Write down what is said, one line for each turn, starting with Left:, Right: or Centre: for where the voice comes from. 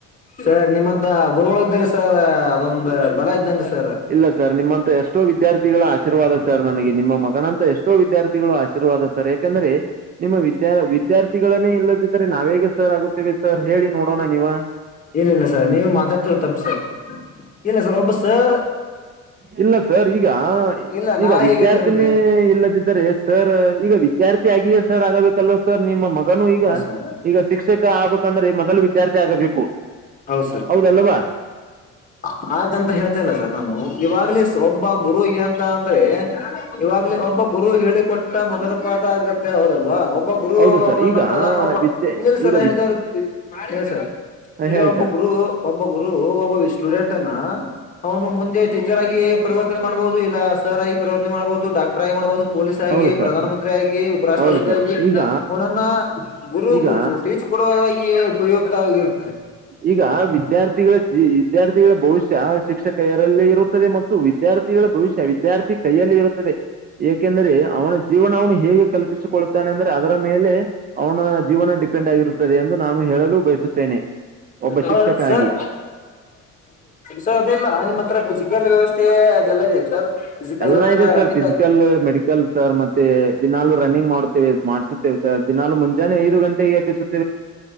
Left: ಸರ್ ನಿಮ್ಮಂತ ಗುರುಗಳು ಇದ್ದಾರೆ ಸರ್ ಅದೊಂದ್ ಬಲ ಇದ್ದಂಗ ಸರ್
Right: ಇಲ್ಲ ಸರ್ ನಿಮ್ಮಂತ ಎಷ್ಟೋ ವಿದ್ಯಾರ್ಥಿಗಳ ಆಶೀರ್ವಾದ ಸರ್ ನನಗೆ ನಿಮ್ಮ ಮಗನಂತ ಎಷ್ಟೋ ವಿದ್ಯಾರ್ಥಿಗಳು ಆಶೀರ್ವಾದ ಸರ್ ಯಾಕಂದ್ರೆ ನಿಮ್ಮ ವಿದ್ಯಾ ವಿದ್ಯಾರ್ಥಿಗಳನ್ನೇ ಇಲ್ಲದಿದ್ದರೆ ನಾವೇಗ ಸರ್ ಆಗುತ್ತೇವಿ ಸರ್ ಹೇಳಿ ನೋಡೋಣ ನೀವ
Left: ಇಲ್ಲ ಇಲ್ಲ ಸರ್ ನೀವು ಮಾತಾಡ್ತಿರ ತಪ್ಪ ಸರ್ ಇಲ್ಲ ಸರ್ ಒಬ್ಬ ಸರ್
Right: ಇಲ್ಲ ಸರ್ ಈಗ
Left: ಇಲ್ಲ
Right: ಈಗ
Left: ನಾ
Right: ವಿದ್ಯಾರ್ಥಿನೇ
Left: ಹೇಗಿದ್ದೇನೆ ಅಂದ್ರೆ
Right: ಇಲ್ಲದಿದ್ದರೆ ಸರ್ ಈಗ ವಿದ್ಯಾರ್ಥಿ ಆಗಿಯೇ ಸರ್ ಆಗಬೇಕಲ್ಲೋ ಸರ್ ನಿಮ್ಮ ಮಗನು ಈಗ
Left: ಹ ಸರ್
Right: ಈಗ ಶಿಕ್ಷಕ ಆಗ್ಬಂದ್ರೆ ಮೊದಲು ವಿದ್ಯಾರ್ಥಿ ಆಗಬೇಕು
Left: ಹೌದ್ ಸರ್
Right: ಹೌದಲ್ವಾ
Left: <unintelligible> ಹಾಗಂತ ಹೇಳ್ತಲ್ಲ ಸರ್ ನಾನು ಇವಾಗ್ಲೇ ಒಬ್ಬ ಗುರು ಎಂತ ಅಂದ್ರೆ ಇವಾಗ್ಲ ಒಬ್ಬ ಗುರು ಹೇಳಿ ಕೊಟ್ಟ ಮೊದಲ ಪಾಠ ಆಗ ಬೇಕ್ ಹೌದಲ್ವಾ ಒಬ್ಬ ಗುರು
Right: ಹೌದು ಸರ್
Left: ಅವನನ್ನ
Right: ಈಗ
Left: ಪ್ರಧಾನ ಒಬ್ಬ
Right: ವಿದ್ಯೆ
Left: ಇಲ್ಲ ಇಲ್ಲ ಸರ್
Right: ಈಗ
Left: ಹೇಳ್ತಾ
Right: ವಿ
Left: ಇರ್ ಈಗ
Right: ಹೇಳಿ
Left: ಒಬ್ಬ
Right: ಸರ್
Left: ಗುರು ಒಬ್ಬ ಗುರು ಒಬ್ಬ ಸ್ಟೂಡೆಂಟ್ ಅನ ಅವನು ಮುಂದೆ ಟೀಚರ್ ಆಗಿ ಪರಿವರ್ತನೆ ಮಾಡಬಹುದು ಇಲ್ಲ ಸರ್ ಆಗಿ ಪರಿವರ್ತನೆ ಮಾಡ್ಬಹುದು ಡಾಕ್ಟರ್ ಆಗಿ ಮಾಡಬಹುದು ಪೊಲೀಸ್ ಆಗಿ
Right: ಹೌದು ಸರ್
Left: ಪ್ರಧಾನ ಮಂತ್ರಿ ಆಗಿ ಉಪರಾಷ್ಟ್ರಪತಿ
Right: ಹೌದು ಸರ್
Left: ಆಗಿ
Right: ಈಗ
Left: ಅವನನ್ನ ಗುರು
Right: ಈಗ
Left: ಕೂಡುವ ಈ ಉಪಯುಕ್ತ ಆಗೀರು
Right: ಈಗ ವಿದ್ಯಾರ್ಥಿಗಳ ಜಿ ವಿದ್ಯಾರ್ಥಿಗಳ ಭವಿಷ್ಯ ಶಿಕ್ಷಕರಲೀ ಇರುತ್ತದೆ ಮತ್ತು ವಿದ್ಯಾರ್ಥಿಗಳ ಭವಿಷ್ಯ ವಿದ್ಯಾರ್ಥಿ ಕೈಯಲ್ಲಿ ಇರುತ್ತದೆ ಏಕೆಂದರೆ ಅವನ ಜೀವನ ಅವನು ಹೇಗೆ ಕಲ್ ಪ್ಪಿಸಿಕೊಳ್ಳತಾನೆ ಅಂದ್ರೆ ಅದರ ಮೇಲೆ ಅವನ ಜೀವನ ಡಿಪೆಂಡ್ ಆಗಿರುತ್ತದೆ ಎಂದು ನಾನು ಹೇಳಲು ಬಯಸುತ್ತೇನೆ ಒಬ್ಬ
Left: ಹೌದು
Right: ಶಿಕ್ಷಕ
Left: ಸರ್
Right: ಆಗಿ
Left: ಸ ಅದೆಲ್ಲ ನಿಮ್ಮ ಹತ್ರ ಫಿಸಿಕಲ್ ವ್ಯವಸ್ಥೆ ಅದೆಲ್ಲಾ ಇದೆ ಸರ್ ಫಿಸಿಕಲ್
Right: ಎಲ್ಲಾ
Left: ಹತ್ರ
Right: ಇದೆ sir
Left: running
Right: physical medical sir ಮತ್ತೆ ದಿನಲ್ಲೂ ರನ್ನಿಂಗ್ ಮಾಡುತ್ತೇವೆ ಮಾಡ್ಸುತ್ತೇವೆ ಸರ್ ದಿನಾಲೂ ಮುಂಜಾನೆ ಐದು ಗಂಟೆಗೆ ಎಬ್ಬಿಸುತ್ತ